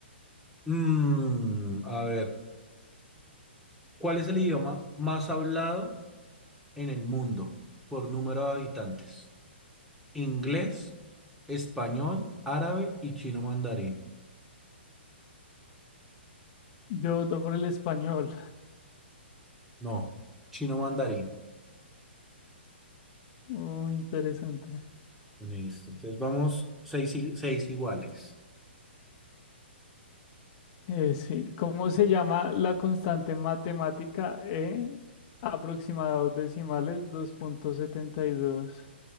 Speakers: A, in the centre; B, on the left.
A: Mm, a ver, ¿cuál es el idioma más hablado en el mundo por número de habitantes? Inglés, español, árabe y chino mandarín.
B: Yo voto por el español.
A: No, chino mandarín.
B: Muy interesante.
A: Listo. Entonces vamos seis, i- seis iguales.
B: Eh, sí, ¿cómo se llama la constante matemática E? Aproximados decimales dos punto setenta y dos.